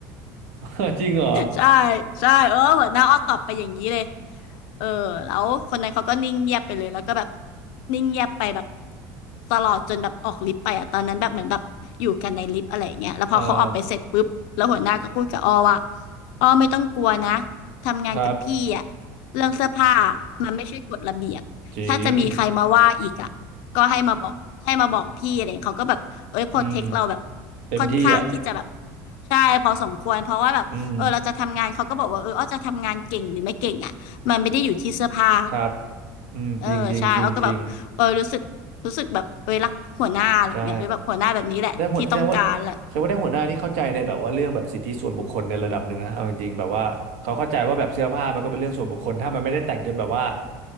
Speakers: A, on the right; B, on the left.
A: <laughs> จริงเหรอ
B: ใช่ ใช่เออหัวหน้าอ้อตอบไปอย่างนี้เลย เออแล้วคนนั้นเขาก็นิ่งเงียบไปเลยแล้วก็แบบนิ่งเงียบไปแบบตลอดจนแบบออกลิฟต์ไปอ่ะตอนนั้นแบบเหมือนแบบอยู่กันในลิฟต์อะไรอย่างเงี้ยแล้วพอเขาออกไปเสร็จปุ๊บแล้วหัวหน้าก็พูดกับอ้อว่า
A: เออ
B: อ้อไม่ต้องกลัวนะทำงานกับพี่อ่ะ
A: ครับ
B: เรื่องเสื้อผ้ามันไม่ใช่กฎระเบียบถ้าจะมีใครมาว่าอีกอ่ะก็ให้มาบอกให้มาบอกพี่อะไรเงี้ยเขาก็แบบเอ้ยโปรเทคเราแบบ
A: จริงอืมเต็มที่อ่ะ
B: ค่อนข้างที่จะแบบใช่พอสมควรเพราะว่าแบบเออเราจะทำงานเขาก็บอกว่าเอออ้อจะทำงานเก่งหรือไม่เก่งอ่ะ
A: อืม
B: มันไม่ได้อยู่ที่เสื้อผ้า
A: ครับอืมจริงจริงจริงจริง
B: เออใช่เอาก็แบบเออรู้สึกรู้สึกแบบ เออรักหัวหน้าอะไรเงี้ยเออแบบหัวหน้าแบบนี้แหละ
A: ใช่ ได้หัวแสดงว่าแสดงว่าได้หัวหน้าที่เข้าใจในแบบว่าเรื่องแบบสิทธิส่วนบุคคลในระดับหนึ่งนะเอาจริงๆแบบว่าเขาเข้าใจว่าแบบเสื้อผ้ามันก็เป็นเรื่องส่วนบุคคลถ้ามันไม่ได้แต่งจนแบบว่า
B: ที่ต้องการแหละ